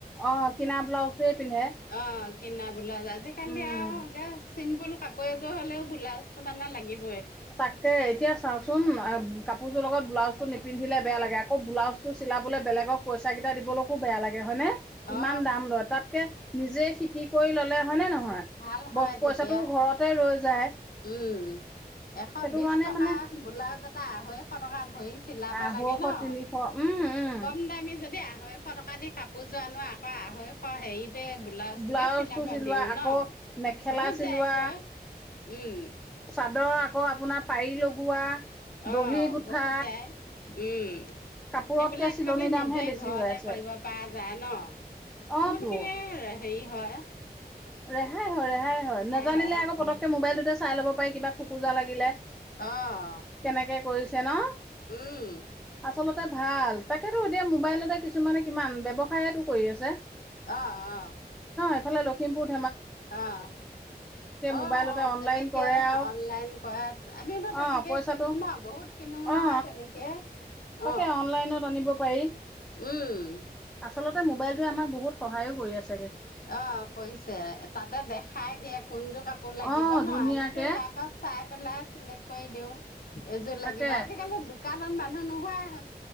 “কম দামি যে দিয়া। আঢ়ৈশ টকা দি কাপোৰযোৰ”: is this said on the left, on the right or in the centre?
Left